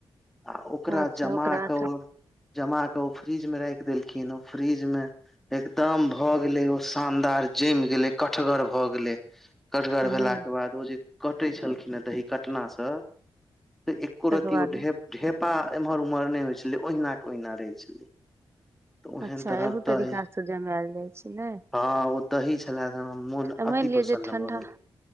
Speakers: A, in the centre; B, on the right.
A: आ ओकरा
B: अच्छा
A: जमा
B: ओकरा
A: कर
B: अथरा
A: जमा केऽ ओ फ्रिज में राख देलखिन ओ फ्रिज मे एकदम भऽ गेलै, ओ शानदार जमि गेलै, कड़कगर भऽ गेलै। कड़कगर
B: हूं
A: भेलाक बाद ओ जे कटै छलखिन हे, दही कटना से। एकोरतीयो
B: तकर बाद
A: ढेपा एम्हर उम्हर नहि होइ छलै, ओहिना के ओहिना रहै छलै। तऽ ओहन
B: अच्छा,
A: तरहक
B: एहू
A: दही
B: तरीकासँ जमायल जाइ छै ने।
A: हँ, ओ दही छलै, हमरा मोन
B: मानि
A: अति
B: लिअ
A: प्रसन्न
B: जे ठंडा
A: भऽ गेल।